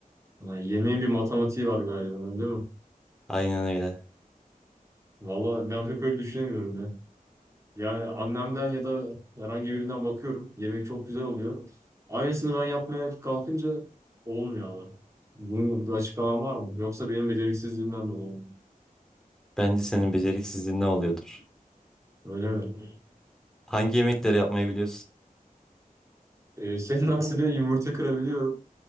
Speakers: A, on the right; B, in the centre.
A: Ha, yemeğin bir matematiği var galiba, öyle mi?
B: Aynen öyle.
A: Valla ben pek öyle düşünemiyorum ya. Yani annemden ya da herhangi birinden bakıyorum. Yemek çok güzel oluyor. Aynısını ben yapmaya kalkınca olmuyor ama. Bunun bir açıklaman var mı? Yoksa benim beceriksizliğimden dolayı mı?
B: Bence senin beceriksizliğin ne oluyordur?
A: Öyle mi?
B: Hangi yemekleri yapmayı biliyorsun?
A: Ee, senin <laughs> aksine yumurta kırabiliyorum.